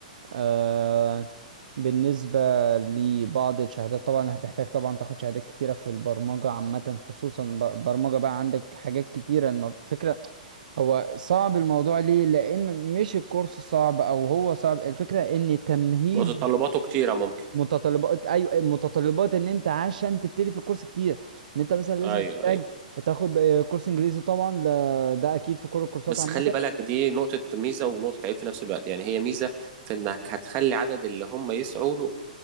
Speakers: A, on the right (about 70°); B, on the right (about 30°).
A: آه، بالنسبه لبعض الشهادات طبعا هتحتاج طبعا تاخد شهادات كتيره في البرمجه عامه خصوصا ب- برمجه بقى عندك حاجات كتيره الم- فكره هو صعب الموضوع ليه لان مش الكورس صعب او هو صعب الفكره ان تمهيد
B: متطلباته كتيرة ممكن
A: متطلبات ايوه متطلبات ان انت عشان تبتدي في الكورس كتير ان انت مثلا لازم
B: ايوه
A: تحتاج
B: ايوه
A: تاخد آه، كورس انجليزي طبعا ده, ده اكيد في كل الكورسات
B: بس
A: عامه
B: خلي بالك دي نقطة ميزة ونقطة عيب في نفس الوقت يعني هي ميزة في انك هتخلي عدد اللي هم يسعوا له